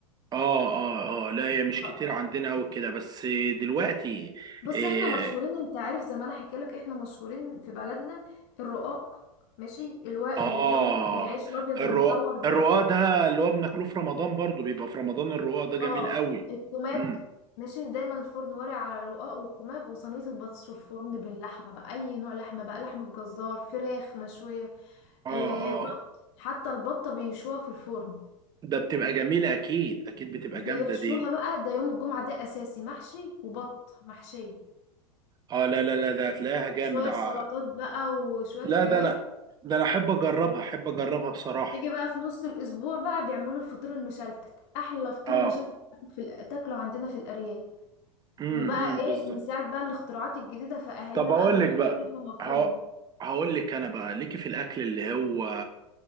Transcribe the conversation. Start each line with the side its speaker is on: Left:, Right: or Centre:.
Right: اه اه اه لا هي مش كتير
Left: آه،
Right: عندنا قوي كده بس دلوقتي
Left: بص
Right: إيه
Left: احنا مشهورين انت عارف زي ما انا حكي لك احنا مشهورين في بلدنا الرقاق ماشي الوا
Right: اه
Left: اللي هو العيش الابيض
Right: الرواق
Left: المدور ده
Right: الرواق ده اللي هو بناكله في رمضان برضو بيبقى في رمضان الرواق ده جميل
Left: اه
Right: قوي
Left: الكوماج
Right: امم
Left: ماشي دايما الفرن ورق على رقاق والكوماج وصينيه البطاطس في الفرن باللحمه بقى اي نوع لحمه بقى لحمه جزار فراخ مشويه
Right: اه
Left: آه
Right: اه
Left: بط حتى البطه بيشوها في الفرن
Right: ده بتبقى جميلة اكيد اكيد بتبقى
Left: بيحشوها
Right: جامدة دي
Left: بقى ده يوم الجمعه ده اساسي محشي وبط محشيه
Right: اه لا لا لا ده هتلاقيها جامد
Left: شويه
Right: آه.
Left: سلطات بقى وشويه
Right: لا
Left: حاجات
Right: ده انا ده انا احب اجربها احب اجربها بصراحة
Left: تيجي بقى في نص الاسبوع بقى بيعملوا الفطير المشلتت احلى فطير
Right: اه
Left: مشلتت في الأ- تاكله عندنا في الارياف
Right: امم
Left: وبقى
Right: امم،
Left: ايه
Right: بالظبط
Left: من ساعة بقى الاختراعات الجديدة فأهالينا
Right: طب
Left: بقى
Right: اقول
Left: بقى
Right: لك
Left: بيحشوا
Right: بقى
Left: لحمة مفروم
Right: هق- هقول لك انا بقى ليكي في الاكل اللي هو